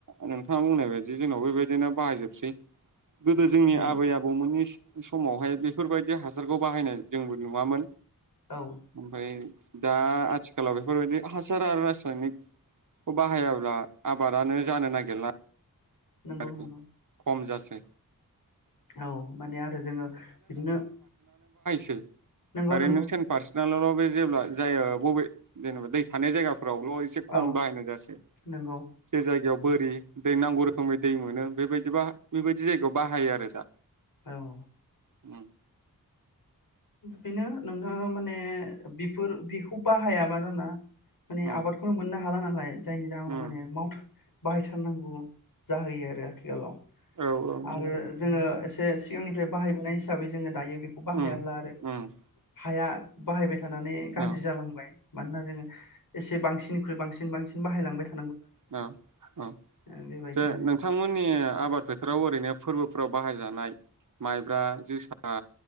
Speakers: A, on the right; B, on the left.
A: नोंथाङा बुंनाय बाय दि जोंनावबो बेबायदिनो बाहायजोबसै गोदो जोंनि
B: नंगौ
A: आबै आबौमोननि समावहाय बेफोरबायदि हासारखौ बाहायनाय जोंबो नुवामोन
B: औ
A: ओमफाय दा आथिखालाव बेफोरबायदि हासार आरो रा सायनिकखौ बाहायाब्ला आबादानो जानो नागिरला
B: नंगौ
A: आरोखि
B: नंगौ
A: खम जा यो
B: औ माने आरो जोङो बिदिनो
A: सै
B: नंगौ
A: आरो
B: नंगौ
A: नों तेन फार्सेनाल' जेब्ला जायो बबे जेनेबा दै थानाय जायगा फ्रावल' एसे खम
B: औ
A: बायनाय
B: नंगौ
A: <unintelligible> जे जायगायाव बोरि दै नांगुर समै दै मोनो बेबायदि ब बेबायदि जायगायाव बाहायो आरो दा
B: औ
A: उ
B: बेनो नोंथाङा माने बेफोर बेखौ बाहायाबा जाना माने
A: उम
B: आबादखौनो मोननो हाला नालाय जायनि जाहोनाव
A: उम
B: माने माउथ बाहायथारनांगौ जाहैयो आरो आथिखालाव आरो
A: औ नंगौ
B: जोङो एसे सिगांनिफ्राय बाहायबोनाय हिसाबै जोङो दायो बेखौ बाहायाब्ला
A: उम
B: <inaudible>
A: उम
B: हाया बाहायबाय था थानानै गाज्रि
A: औ
B: जालांबाय मानोना जोङो एसे बांसिननिख्रुइ बांसिन बांसिन बाहायलांबाय था
A: औ औ
B: बेबायदि
A: जे
B: आरो
A: नोंथांमोननि आबाद फो थाराव ओरैनो फोरबोफोराव बाहाय जानाय माइब्रा जोसा